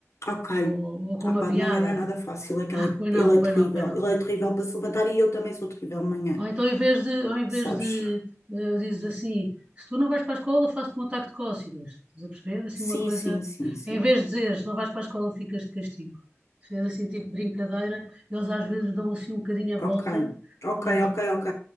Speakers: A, on the left; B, on the right.
A: Ok.
B: ou, ou com
A: Ah
B: uma
A: pá,
B: piada.
A: de manhã não é nada fácil, é que ela-
B: Ah, pois
A: ele
B: não, pois
A: é terrível.
B: não, pois não.
A: Ele é terrível para se levantar e eu também sou terrível de manhã,
B: Ou então, em vez de, ou em vez
A: sabes?
B: de eh, dizes assim, se tu não vais para a escola, faço-te um ataque de cócegas. Estás a perceber? Assim,
A: Sim,
B: uma coisa.
A: sim, sim, sim.
B: Em vez de dizeres, não vais para a escola, ficas de castigo. Se é assim, tipo brincadeira, eles às vezes dão assim um bocadinho a volta,
A: Ok, ok,
B: a volta
A: ok, ok.